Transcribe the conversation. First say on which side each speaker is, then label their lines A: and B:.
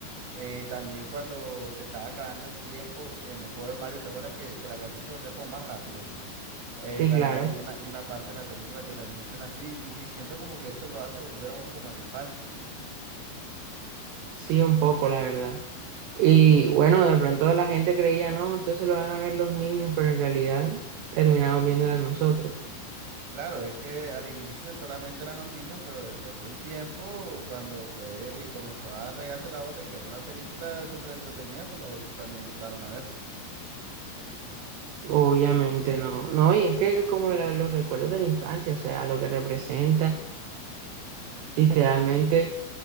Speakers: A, on the right; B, on the right.
A: eh, también cuando se estaba acabando el tiempo en el juego de Mario, ¿te acuerdas que, que la canción se volvía como más rápida? Eh,
B: Sí,
A: también
B: claro.
A: hay una, hay una parte en la película que también suena así y, y siento como que eso lo hace volver a uno como a la infancia.
B: Sí, un poco, la verdad. Y bueno, de pronto la gente creía, no, esto se lo van a ver los niños, pero en realidad terminamos viéndola nosotros.
A: Claro, es que al inicio solamente eran los niños, pero después de un tiempo, cuando fue y comenzó a regarse la voz de que era una película súper entretenida, pues los adultos también entraron a verse.
B: Obviamente no. No, y es que como la- los recuerdos de la infancia, o sea, lo que representa, literalmente